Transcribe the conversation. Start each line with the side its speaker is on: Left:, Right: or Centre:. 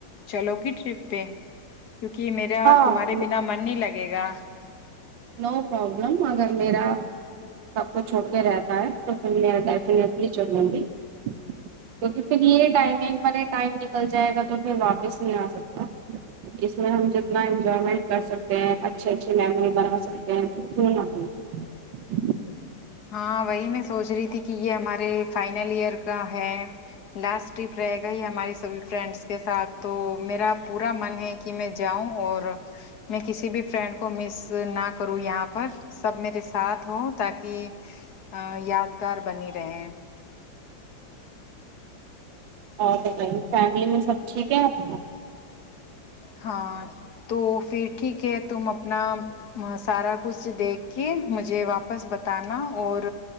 Left: چلو گی ٹرپ پہ کیوںکہ میرا
Right: ہاں
Left: تمہارے بنا من نہیں لگے گا
Right: نو پرابلم اگر میرا سب کچھ رہتا ہے توھر میں ڈی چلوں گی کیکہ پھر یہ ٹمنگ ٹائم نکل جائے گا تو پھر واپس نہیں آ سکتا اس میں ہم جتنا انجوائمنٹ کر سکتے ہیں اچھ اچھا می بر ھ <unintelligible>
Left: ہاں وہی میں سوچ رہی تھی کہ یہ ہمارے فائنل ایئر کا ہے لاسٹ ٹرپ رہے گا یہ ہماراری سبھی فرینڈس کے ساتھ تو میرا پورا من ہے کہ میں جاؤں اور میں کسی بھی فرینڈ کو مس نہ کروں یہاں پر سب میرے ساتھ ہوں تاکہ ا یادگار بنی رہے ہیں
Right: اور بتائیے فیملی میں سب ٹھیک ہے آپ
Left: ہاں تو پھر ٹھیک ہے تم اپنا سارا کچھ دیکھ کے مجھے واپس بتانا اور